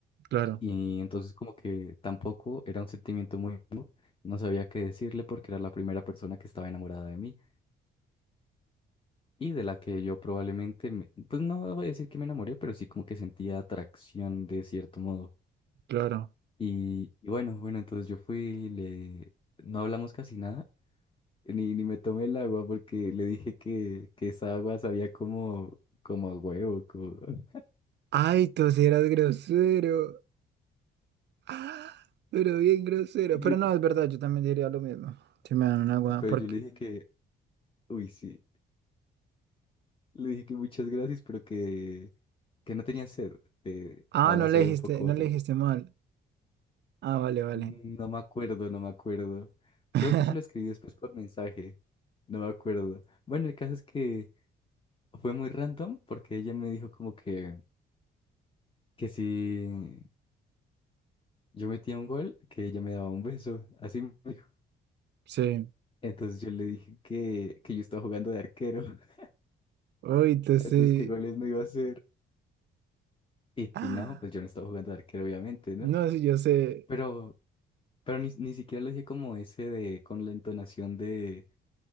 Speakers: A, on the right; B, on the left.
A: claro,
B: Y entonces como que tampoco era un sentimiento muy nuevo, no sabía qué decirle porque era la primera persona que estaba enamorada de mí y de la que yo probablemente, me- pues no voy a decir que me enamoré, pero sí como que sentía atracción de cierto modo.
A: claro.
B: Y, y bueno, bueno, entonces yo fui, le... no hablamos casi nada, ni, ni me tomé el agua porque le dije que, que esa agua sabía como, como a huevo, como... <laughs>
A: Ay, tú sí eras grosero. <gasps> Ah, Pero bien grosero.
B: y
A: Pero
B: yo-
A: no, es verdad, yo también diría lo mismo. Si me dan una agua.
B: pero
A: Porque...
B: yo le dije que, uy, sí. Le dije que muchas gracias, pero que, que no tenía sed. eh,
A: Ah,
B: además
A: no le
B: había
A: dijiste,
B: un poco
A: no le
B: raro.
A: dijiste mal. Ah, vale, vale.
B: No me acuerdo, no me acuerdo.
A: <laughs>
B: Creo que se lo escribí después por mensaje. No me acuerdo. Bueno, el caso es que fue muy random porque ella me dijo como que, que si yo metía un gol, que ella me daba un beso. Así me dijo.
A: Sí.
B: Entonces yo le dije que, que yo estaba jugando de arquero. <laughs>
A: Uy, te
B: Entonces,
A: sí.
B: ¿qué goles me iba a hacer? Y,
A: Ah,
B: y no, pues yo no estaba jugando de arquero, obviamente, ¿no?
A: No, sí, yo sé.
B: Pero Pero ni, ni siquiera lo dije como ese de con la entonación de,